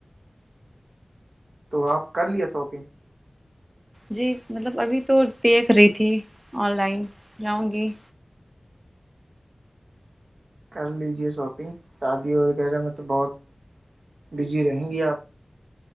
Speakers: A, on the right (about 90°); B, on the right (about 20°).
A: تو آپ کر لیا شاپنگ
B: جی مطلب ابھی تو دیکھ رہی تھی آن لائن جاؤں گی
A: کر لیجیے شاپنگ شادی وغیرہ میں تو بہت بزی رہیں گی آپ